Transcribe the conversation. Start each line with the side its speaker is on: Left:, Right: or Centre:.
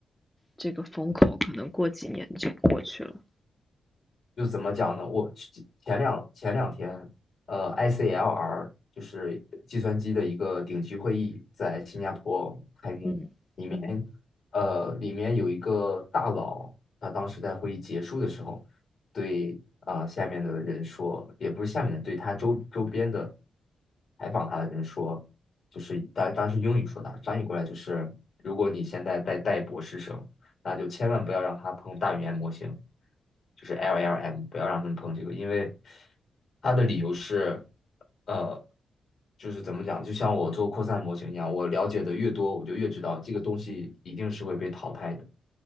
Centre: 这个风口可能过几年就过去了？
Left: 就怎么讲呢？我前两前两天，呃，ICLR 就是计算机的一个顶级会议在新加坡开幕，
Centre: 嗯嗯
Left: 面，呃，里面有一个大佬，他当时在会议结束的时候，对啊、呃下面的人说，也不是下面的，对他周周边的采访他的人说，就是当当时英语说的，翻译过来就是，如果你现在在带博士生，那就千万不要让他碰大语言模型，就是 LLM，不要让他们碰这个，因为他的理由是。呃，就是怎么讲，就像我做扩散模型一样，我了解的越多，我就越知道这个东西一定是会被淘汰的。